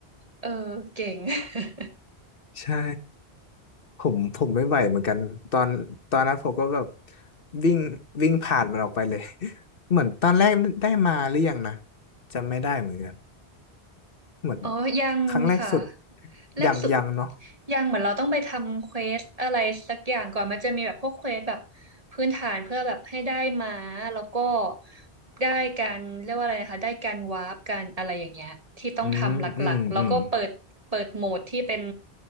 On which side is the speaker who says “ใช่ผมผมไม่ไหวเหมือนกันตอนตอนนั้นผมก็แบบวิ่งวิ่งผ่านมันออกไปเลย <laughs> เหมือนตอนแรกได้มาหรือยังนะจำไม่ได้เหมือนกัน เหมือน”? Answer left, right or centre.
Left